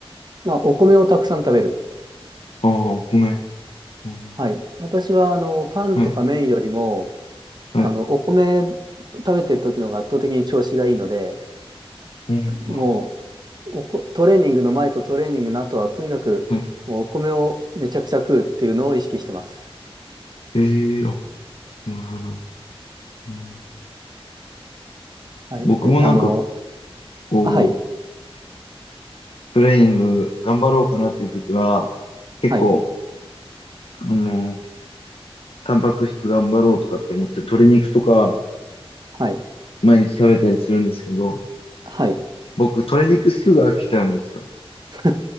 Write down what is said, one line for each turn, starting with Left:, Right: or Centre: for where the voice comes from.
Right: まあ、お米をたくさん食べる。
Left: ああー、お米。うん、
Right: はい。私は、あの、パンとか麺よりも、
Left: はい、はい。
Right: あの、お米食べてる時の方が圧倒的に調子がいいので、
Left: うん、
Right: もうおこ、トレーニングの前とトレーニングの後は、とにかく、
Left: はい。
Right: もうお米をめちゃくちゃ食うっていうのを意識してます。
Left: ええーあ、なるほど。うん、
Right: はい。
Left: 僕もなんか、
Right: で、あの、
Left: こう、
Right: あはい、
Left: トレーニング頑張ろうかなっていう時は、結構、
Right: はい、
Left: あの、タンパク質頑張ろうとかって思って、鶏肉とか
Right: はい、
Left: 毎日食べたりするんですけど、
Right: はい。
Left: 僕、鶏肉すぐ飽きちゃうんですよ。
Right: <laughs>